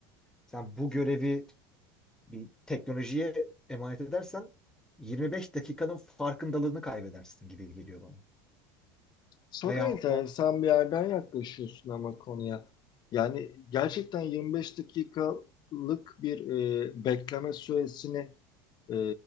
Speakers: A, in the centre; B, on the left.
A: Sen bu görevi bir teknolojiye emanet edersen 25 dakikanın farkındalığını kaybedersin gibi geliyor bana.
B: Çok
A: Veyahut
B: enteresan
A: da
B: bir yerden yaklaşıyorsun ama konuya. Yani gerçekten 25 dakikalık bir e, bekleme süresini e,